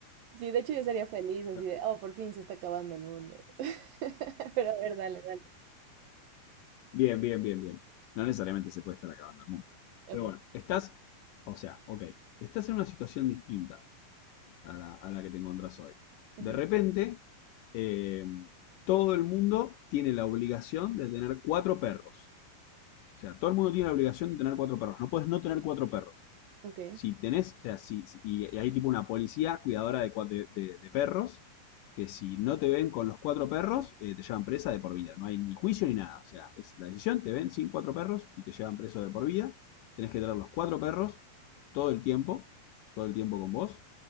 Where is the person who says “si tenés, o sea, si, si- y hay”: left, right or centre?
Left